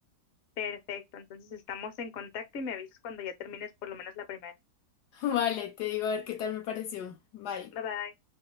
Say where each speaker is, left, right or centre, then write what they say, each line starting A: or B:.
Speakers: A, on the left; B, on the left.
A: Perfecto, entonces estamos en contacto y me avisas cuando ya termines por lo menos la primera.
B: <laughs> Vale, te digo a ver qué tal me pareció. Bye.
A: Bye bye.